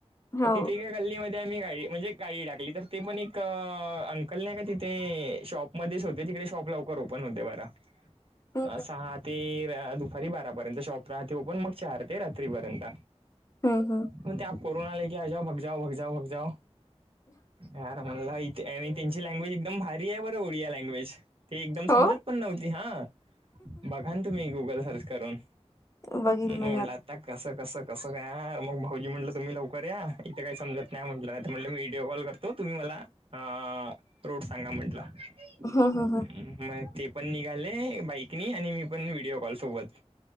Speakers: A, on the left; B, on the right.
A: हो
B: म तिथे काय गल्ली मध्ये आम्ही गाडी म्हणजे गाडी टाकली तर ते पण एक अंकल नाय का तिथे शॉप मधीच होते तिकडे शॉप लवकर ओपन होते बरा
A: हम्म
B: अ सहा ते र दुपारी बारापर्यंत शॉप राहते ओपन मग चार ते रात्रीपर्यंत
A: हं हं
B: मंग ते आप कोरोना आला की आजावं म ग जाओ मग जाऊ मग जाओ हा ना म्हणला इत आणि त्यांची लँग्वेज एकदम भारी आहे बरं ओडिया लँग्वेज ते एकदम समजत
A: हो
B: पण नव्हती हा बघा ना तुम्ही गुगल सर्च करून.
A: बघील
B: म
A: मी
B: म्हणलं आता कसं कस कसं काय हा मग भाऊजी म्हटलं तुम्ही लवकर या इथे काय समजत नाय म्हटलं नाय त म्हट मी व्हिडिओ कॉल करतो तुम्ही मला हा रूट सांगा म्हटलं
A: हम्म हम्म
B: म एक ते पण निघाले बाईक नी आणि मी पण व्हिडओ कॉल सोबत